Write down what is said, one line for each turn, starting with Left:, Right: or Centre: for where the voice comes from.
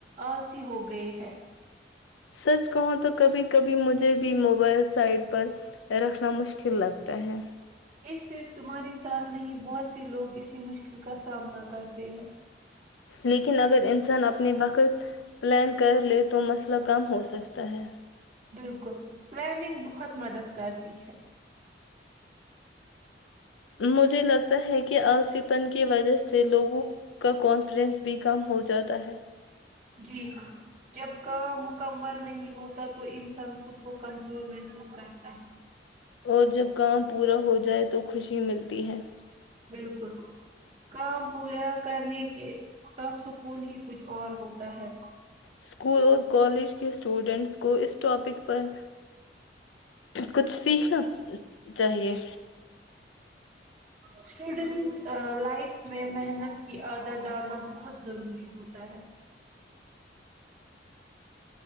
Right: آلسی ہو گئے ہیں
Left: سچ کہو تو کبھی کبھی مجھے بھی موبائل سائٹ پر رکھنا مشکل لگتا ہے
Right: یہ صرف تمہاری ساتھ میں ہی بہت سے لوگ اسی مشکل کا سامنا کرتے ہیں
Left: لیکن اگر انسان اپنے وقت پلان کر لے تو مسئلہ کم ہو سکتا ہے
Right: بالکل پلاننگ بہت مدد کرتی ہے
Left: مجھے لگتا ہے کہ آسیپن کی وجہ سے لوگوں کا کانفڈنس بھی کم ہو جاتا ہے
Right: جی ہاں جب کام مکمل نہیں ہوتا تو انسان خود کو کمزور محسوس کرتا ہے
Left: اور جب کام پورا ہو جائے تو خوشی ملتی ہے ہی
Right: بالکل کام پورا کرنے کے کا سکون ہی کچھ اور ہوتا ہے
Left: اسکول اور کالج کے اسٹوڈنٹس کو اس ٹاپک پر کچھ سیکھنا چاہیے
Right: اسوڈنٹ لائف میں محنت کی عادر ڈالنا بہت ضروری ہوتا ہے